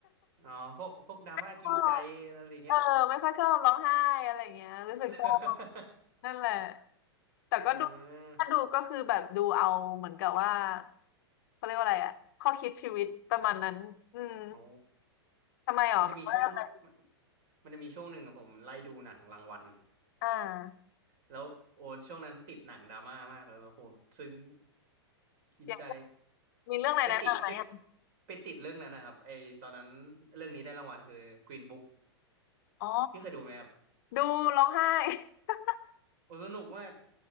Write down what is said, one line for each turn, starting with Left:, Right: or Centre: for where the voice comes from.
Right: อ๋อพวกพวกดราม่ากินใจอะไรอย่างเงี้ย
Left: <laughs> ก็เออไม่ค่อยชอบร้องไห้อะไรอย่างเงี้ยรู้สึกชอบ
Right: <laughs>
Left: นั่นแหละแต่ก็ดู
Right: เออ
Left: ถ้าดูก็คือแบบดูเอาเหมือนกับว่าเขาเรียกว่าอะไรอะข้อคิดชีวิตประมาณนั้นอืม
Right: โอ้
Left: ทำไมหรอแบบว่าอะไร
Right: มันจะมีช่วงมันมันจะมีช่วงหนึ่งอะผมไล่ดูหนังรางวัล
Left: อ่า
Right: แล้วโอ้ช่วงนั้นติดหนังดราม่ามากเลยโอ้โหซึ้งกินใจ
Left: อย่างเช่นมีเรื่องอะไรแนะนำไหมอะ
Right: ไปติดไปไปติดเรื่องนั้นนะครับไอตอนนั้นเรื่องนี้ได้รางวัลคือ Green Book
Left: อ๋อ
Right: พี่เคยดูไหมครับ
Left: ดูร้องไห้ <laughs>
Right: โอ้สนุกมาก